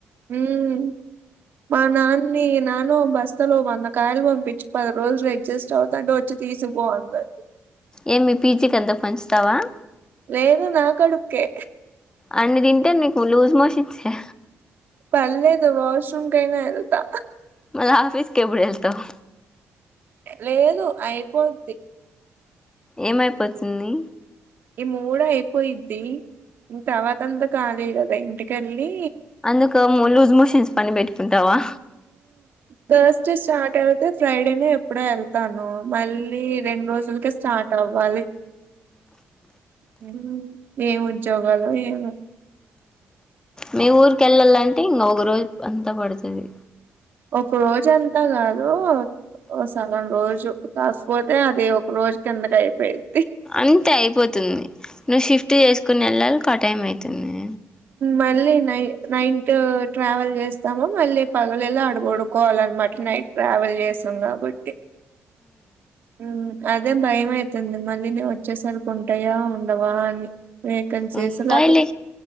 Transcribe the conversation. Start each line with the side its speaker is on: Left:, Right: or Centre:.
Right: హ్మ్ మా నాన్న్ని నాన్ లో బస్తలో వందకాయలు పంపించి పది రోజులు అడ్జస్ట్ అవుతంటే వచ్చి తీసిపో అంది
Left: ఏమీ పీజీకంత పంచ్తావా
Right: లేదు నా కడూప్కే
Left: అన్ని తింటే నీకు లూజ్ మోషన్స్ యే
Right: పర్లేదు వాష్రూమ్ కైనా వేల్తా
Left: మళ్ళా ఆఫీస్కి ఎప్పుడెల్తావ్
Right: లేదు అయిపోద్ది
Left: ఏమైపోతుంది
Right: ఈ మూడ్ అయిపోయిద్ది ఇంకా తవాతంత కాళి గదా ఇంటికెళ్ళి
Left: అందుక లూజ్ మోషన్స్ పని పెట్టుకుంటావా
Right: బస్ట్ స్టార్ట్ ఉతే ఫ్రైడేనే ఎప్పుడో వెళ్తాను మళ్ళీ రెండు రోజులక స్టార్ట్ అవ్వాలి హ్మ్ ఏం ఉద్యోగాలు ఏమో
Left: మీ ఊరిక వెళ్ళాలంటే ఇంకా ఒక రోజు అంతా పడుతుంది
Right: ఒక రోజు ఎంతా కాదు సగం రోజు కాకపోతే అది ఒక రోజు కిందక అయిపోయిది
Left: అంతే అయిపోతుంది నువ్వు షిఫ్ట్ చేసుకుని వెళ్ళాలి ఆ టైం అవుతుంది
Right: మళ్ళీ నై నైట్ ట్రావెల్ చేస్తాము మళ్ళీ పగలలా అడగడుకోవాలన్నమాట నైట్ ట్రావెల్ చేసాం కాబట్టి హ్మ్ అదే భయం అవుతుంది మళ్ళీ న వచ్చేసరికి ఉంటాయా ఉండవా అని వేకన్సస్లుదు
Left: ఉంటాయిలే